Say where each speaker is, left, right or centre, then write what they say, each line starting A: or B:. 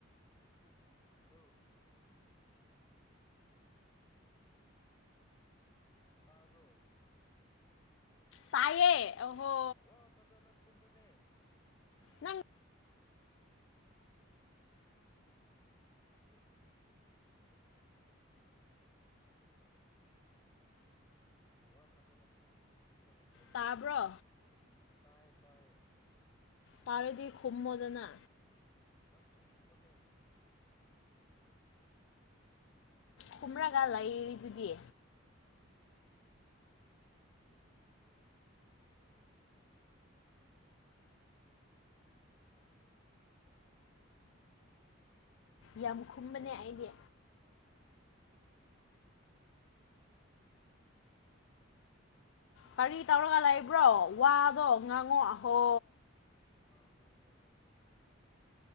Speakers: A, on the left; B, on the left.
A: ꯍꯜꯂꯣ ꯇꯥꯕ꯭ꯔꯣ
B: ꯇꯥꯏꯌꯦꯌꯦ ꯑꯣ ꯍꯣ
A: ꯋꯥ ꯐꯖꯅ ꯈꯨ ꯃꯨꯅꯦ
B: ꯅꯪ
A: ꯀꯔꯣ ꯋꯥ ꯐꯖꯅꯨꯝ ꯈꯨꯝꯕ ꯍꯩꯇ꯭ꯔꯕꯣ
B: ꯇꯥꯕ꯭ꯔꯣ
A: ꯇꯥꯏꯌꯦ ꯇꯥꯏꯌꯦ
B: ꯇꯥꯔꯦꯗꯤ ꯍꯨꯃꯗꯅꯥ
A: ꯅꯪꯁꯨꯈꯨꯝ ꯃꯅꯦ
B: ꯀꯨꯝꯔꯒ ꯂꯩꯔꯤꯗꯨꯗꯤ ꯌꯥꯝ ꯈꯨꯝꯕꯅꯦ ꯑꯩꯗꯤ ꯀꯔꯤ ꯇꯧꯔꯒ ꯂꯩꯕ꯭ꯔꯣ ꯋꯥꯗꯣ ꯉꯥꯡꯉꯣ ꯑꯍꯣ
A: ꯉꯥꯡꯂꯒ ꯂꯩꯔꯗꯤ ꯑꯩꯁꯨ